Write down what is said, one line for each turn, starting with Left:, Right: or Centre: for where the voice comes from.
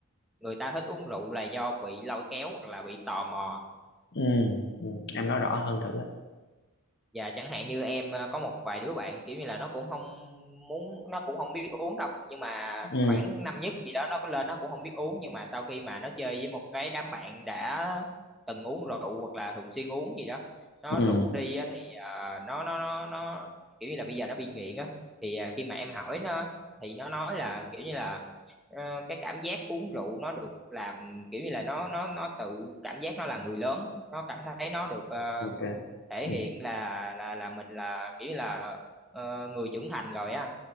Centre: người ta thích uống rượu là do bị lôi kéo hoặc là bị tò mò
Left: ừ, ừ. em nói rõ hơn thử á
Centre: và chẳng hạn như em ờ, có một vài đứa bạn kiểu như là nó cũng không muốn nó cũng không biết uống đâu nhưng mà
Left: ừ
Centre: khoảng năm nhất gì đó nó có lên nó cũng không biết uống nhưng mà sau khi mà nó chơi với một cái đám bạn đã từng uống rượu hoặc là thường xuyên uống gì đó nó
Left: ừ
Centre: rủ đi á, thì ờ, nó, nó nó nó kiểu như là bây giờ nó bị nghiện á thì ờ, khi mà em hỏi nó thì nó nói là kiểu như là ờ, cái cảm giác uống rượu nó được làm kiểu như là nó nó nó tự cảm giác nó là người lớn nó cảm thấy nó được ờ,
Left: ok
Centre: thể
Left: ừ
Centre: hiện là là là mình là kiểu như là ờ, người trưởng thành rồi á anh